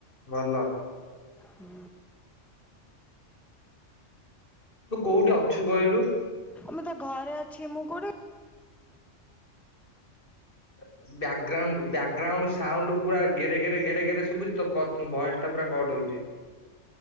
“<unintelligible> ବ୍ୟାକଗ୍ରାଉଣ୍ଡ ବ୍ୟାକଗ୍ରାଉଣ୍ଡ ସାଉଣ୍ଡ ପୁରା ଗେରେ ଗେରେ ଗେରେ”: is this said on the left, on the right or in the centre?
Left